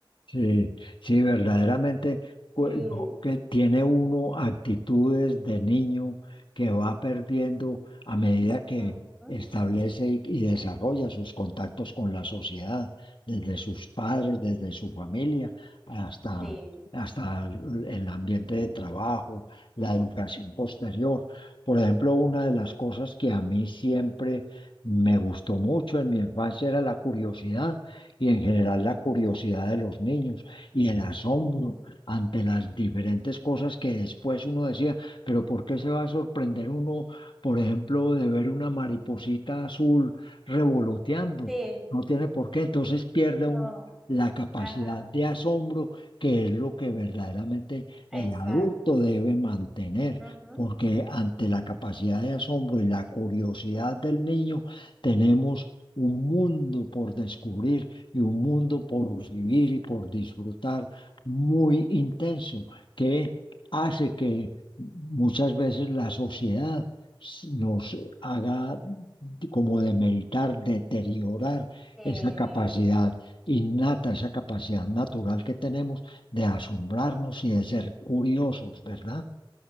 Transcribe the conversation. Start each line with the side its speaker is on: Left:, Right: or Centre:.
Left: Sí, sí, verdaderamente, pues,
Centre: Sí.
Left: no, que tiene uno actitudes de niño que va perdiendo a medida que
Centre: Ujú.
Left: establece y, y desarrolla sus contactos con la sociedad, desde sus padres, desde su familia, hasta,
Centre: Sí.
Left: hasta el el ambiente de trabajo, la educación posterior. Por ejemplo, una de las cosas que a mí siempre me gustó mucho en mi infancia era la curiosidad y en general la
Centre: Ujú.
Left: curiosidad de los niños y el asombro ante las diferentes cosas que después uno decía, pero ¿por qué se va a sorprender uno, por ejemplo, de ver una mariposita azul revoloteando?
Centre: Sí.
Left: No tiene por qué, entonces pierde
Centre: No.
Left: uno la capacidad
Centre: Ajá.
Left: de asombro, que es lo que verdaderamente el
Centre: Exacto.
Left: adulto debe mantener.
Centre: Ujú.
Left: Porque ante la capacidad de asombro y la curiosidad del niño, tenemos un mundo por descubrir y un mundo por vivir y por disfrutar muy intenso, que hace que muchas veces la sociedad s- nos haga de- como demeritar, deteriorar
Centre: Sí.
Left: esa capacidad innata, esa capacidad natural que tenemos de asombrarnos y de ser curiosos, ¿verdad?